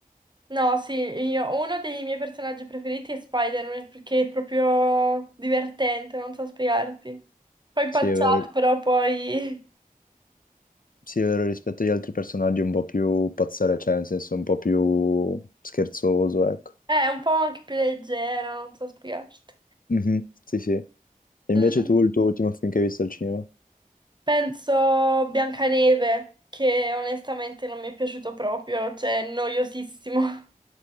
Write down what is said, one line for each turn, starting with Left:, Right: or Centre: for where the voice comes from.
Right: No, sì, io... uno dei miei personaggi preferiti è Spider-Man perché è proprio divertente, non so spiegarti. Poi impacciato,
Left: Sì, è vero.
Right: però poi
Left: Sì, è vero, rispetto agli altri personaggi un po' più pazzare, cioè nel senso un po' più scherzoso, ecco.
Right: <laughs> è un po' anche più leggero, non so spiegarti.
Left: Mhm, Sì, sì. E invece
Right: Mm.
Left: tu, il tuo ultimo film che hai visto al cinema?
Right: Penso Biancaneve, che onestamente non mi è piaciuto proprio, cioè noiosissimo. <laughs>